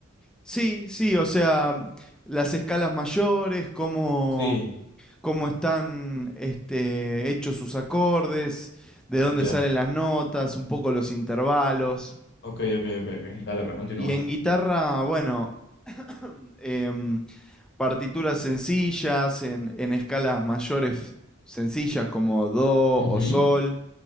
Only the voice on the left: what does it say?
Sí,
ya.
Ok, ok, ok, ok. Dale, pero continúa.
Ujú,